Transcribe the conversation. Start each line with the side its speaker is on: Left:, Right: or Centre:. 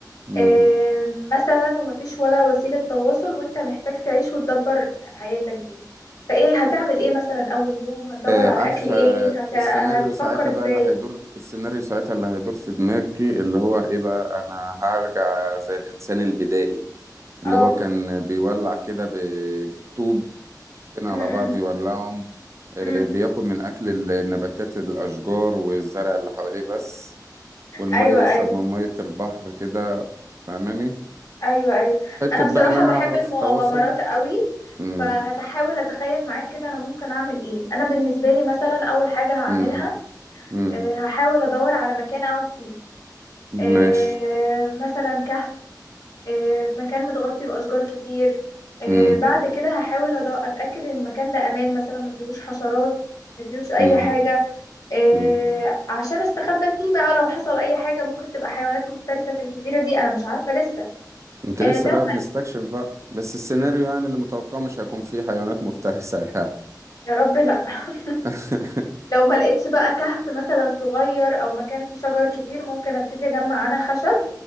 Right: امم
Left: آم، مثلا ومفيش ولا وسيلة تواصل وانت محتاج تعيش وتدبر حياتك دي فايه هتعمل ايه مثلا اول يوم هتدور
Right: آه
Left: على
Right: عارفه
Left: اكل ايه هت... هتفكر
Right: السيناريو ساعتها
Left: ازاي
Right: بقى اللي هيدور السيناريو ساعتها اللي هيدور في دماغي اللي هو ايه بقى انا هرجع زي الانسان البدائي اللي
Left: اه
Right: هو كان بيولع كده ب- بالطوب طوبتين على
Left: امم
Right: بعض يولعهم آه،
Left: امم
Right: بياكل من أكل النباتات الأشجار والزرع اللي حواليه بس والمية
Left: ايوه
Right: يشرب
Left: ايوه
Right: من مية البحر كده فاهماني
Left: ايوه ايوه
Right: حتة
Left: انا بصراحة
Right: بقى اللي أنا
Left: بحب
Right: أعرف
Left: المغامرات
Right: تواصل
Left: قوي
Right: مم.
Left: فهتحاول اتخيل معاك كده انا ممكن اعمل ايه انا بالنسبة لي مثلا اول حاجة هعملها
Right: مم. مم.
Left: آه، هحاول ادور على مكان اقعد فيه آه،
Right: ماشي
Left: مثلا كهف آه، في مكان متغطي بأشجار كتير آه،
Right: مم.
Left: بعد كده هحاول أض- أتأكد إن المكان ده أمان مثلا ما فيهوش حشرات ما فيهوش أي
Right: مم.
Left: حاجة آه،
Right: مم.
Left: عشان أستخبى فيه بقى لو حصل أي حاجة ممكن تبقى حيوانات مفترسة في الجزيرة دي أنا مش عارفة لسه
Right: أنت
Left: آه،
Right: لسه
Left: لو
Right: بقى بنستكشف بقى بس السيناريو
Left: <laughs>
Right: يعني اللي متوقعه مش هيكون فيه حيوانات مفترسة يعني
Left: يا رب لأ <laughs>
Right: <laughs>
Left: لو ما لقيتش بقى كهف مثلا صغير أو مكان فيه شجر كتير ممكن أبتدي أجمع أنا خشب